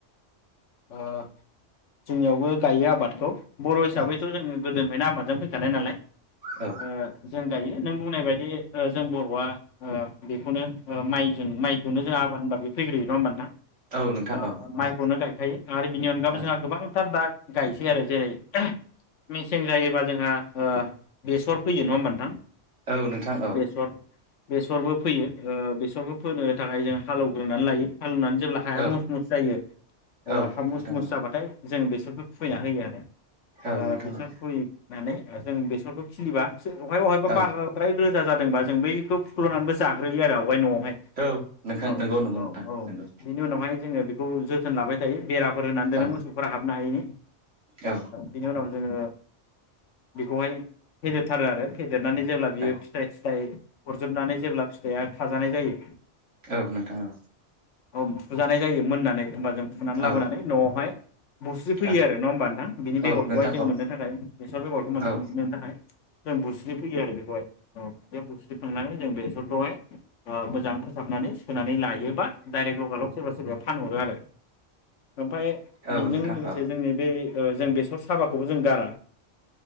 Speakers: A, on the left (about 75°); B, on the right (about 75°).
A: ओ जोंनियावबो गायो आबादखौ बर' हिसाबैथ'
B: औ
A: जोङो गोदोनिफ्रायनो आबादजों फैखानाय नालाय
B: औ
A: ओ जों गायो नों बुंनाय बायदि जों बर'आ ओ बेखौनो ओ माइ जों माइखौनो जों आबाद होनबा बेयो फैग्रोयो नङा होमबा नोंथां
B: औ नोंथां
A: ओ
B: औ औ
A: माइखौनो गाय आरो बिनि अनगाबो
B: औ
A: जोंहा गोबां सार दा गायसै आरो जेरै मेसें जायोबा जोंहा ओ बेसर फैयो नङा होमबा नोंथां
B: औ नोंथां औ
A: बेसर बेसरबो फोयो ओ बेसरबो फोनो थाखाय जों हालेवग्रोनानै लायो। हालेवनानै जेब्ला हाया
B: औ
A: मस मस जायो ओ
B: औ
A: हा मुस
B: नोंथां
A: मुस
B: औ
A: जाबाथाय जों बेसरखौ खुबैना होयो आरो
B: औ
A: ओ
B: नोंथां
A: बेसर
B: औ
A: खुबैनानै जों बेसरखौ खिलिबा अहाय बहायबा
B: औ
A: बारद्राय रोजा जादों जोंबा जों बैखौ फुख्ल'नानैबो जाग्रोयो आरो आवगाय न'आवहाय
B: औ नोंथां
A: औ
B: नंगौ नंगौ
A: औ
B: नोंथां
A: औ
B: नंगौ
A: बिनि उनावहाय जोङो औ जो जोथोन लाबाय थायो। बेराफोर होनानै दोनो
B: औ
A: मोसौफोरा हाबनो हायैनि
B: औ
A: बिनि ओ उनाव जोङो बेखौहाय फेदेरथारो आरो फेदेरनानै जेब्ला बियो
B: औ
A: फिथाइ थिथाइ हरजोबनानै जेब्ला फिथाइआ खाजानाय जायो
B: औ नोंथां औ
A: औ फुजानाय जायो मोननानै होबा जों फुनानै लाबोनानै
B: औ
A: न'आवहाय बुस्रि फैयो
B: औ
A: आरो नङ होमबा नोंथां बेनि बेगरखौहाय
B: औ नोंथां
A: जों
B: औ
A: मोननो थाखाय बेसर बेगरखौ मोनिननो
B: औ
A: थाखाय जों बुस्रि फैयो आरो बेखौहाय औ बे बुस्रिखांनानै जों बेसरखौहाय ओ मोजां फोसाबनानै सोनानै लायोबा डाइरेक्ट लग लग सोरबा सोरबा फानहरो आरो ओमफ्राय
B: औ
A: बेजों
B: नोंथां
A: लोगोसे
B: औ नोंथां औ
A: जोंनि बे ओ बेसर साबाखौबो जों गारा।